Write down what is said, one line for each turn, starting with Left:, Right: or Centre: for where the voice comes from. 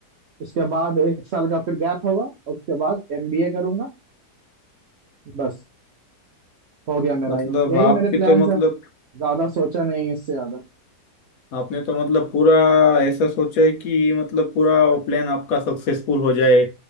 Right: उसके बाद एक साल का फिर गैप होगा और उसके बाद एमबीए करूंगा बस हो गया मेरा
Left: मतलब
Right: ये यही
Left: आपकी
Right: मेरे प्लान्स
Left: तो मतलब
Right: है ज्यादा सोचा नहीं है इससे ज्यादा
Left: आपने तो मतलब पूरा ऐसा सोचा है कि मतलब पूरा वो प्लान आपका सक्सेसफुल हो जाए